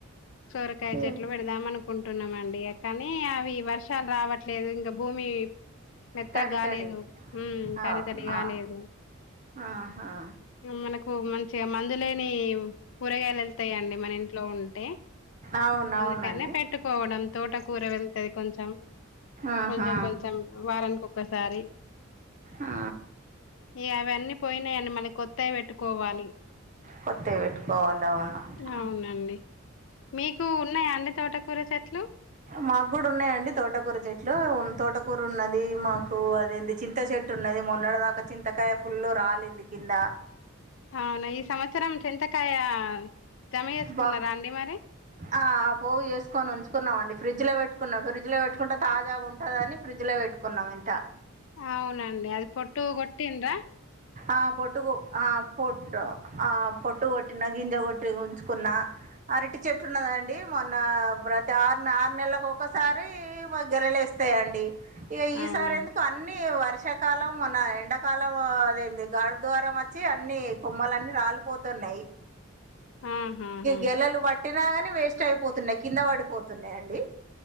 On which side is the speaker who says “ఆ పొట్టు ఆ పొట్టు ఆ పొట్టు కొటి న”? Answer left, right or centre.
Right